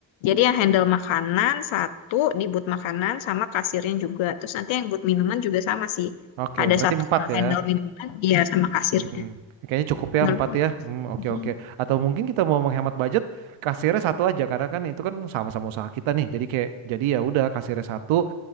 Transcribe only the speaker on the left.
Jadi yang handle makanan satu di but makanan sama kasirnya juga. Terus nanti yang but minuman juga sama sih.
Ada
satu
yang handle
minuman, iya sama kasirnya.
Menurutku,
hmm,